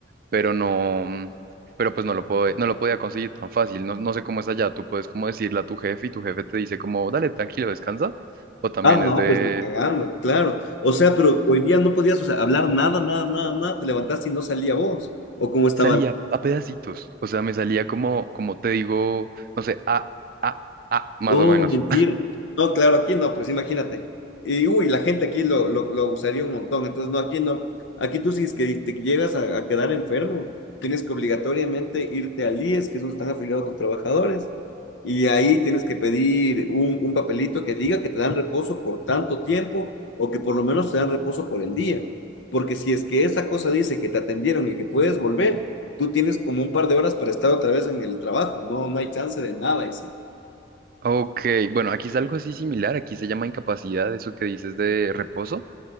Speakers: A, on the right; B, on the left.
A: pero no pero pues no lo puedo, no lo podía conseguir tan fácil. No, no sé cómo es allá. Tú puedes como decirle a tu jefe y tu jefe te dice como, dale, tranquilo, descansa. O también
B: Ah, no,
A: es de,
B: pues ni cagando, claro. O sea, pero hoy día no podías, o sea, hablar nada, nada, nada, nada, te levantaste y no salía voz. ¿O cómo estaba
A: salía a pedacitos. O sea, me salía como, como te digo, no sé, a, a, a, más
B: Oh,
A: o menos.
B: mentira. No, claro, aquí no, pues imagínate. Y uy, la gente aquí lo, lo, lo usaría un montón. Entonces, no, aquí no. Aquí tú si es que te llegas a, a quedar enfermo, tienes que obligatoriamente irte al IES, que es donde están afiliados los trabajadores, y ahí tienes que pedir un, un papelito que diga que te dan reposo por tanto tiempo o que por lo menos te dan reposo por el día. Porque si es que esa cosa dice que te atendieron y que puedes volver, tú tienes como un par de horas para estar otra vez en el trabajo, no, no hay chance de nada. Y sí.
A: Ok, bueno, aquí es algo así similar. Aquí se llama incapacidad, eso que dices de reposo.